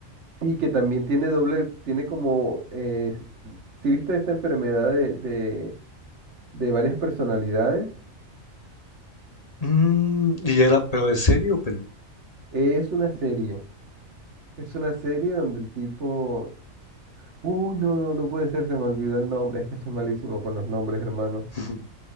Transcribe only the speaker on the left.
Mm, y era, pero ¿es serie o película?
Ujú.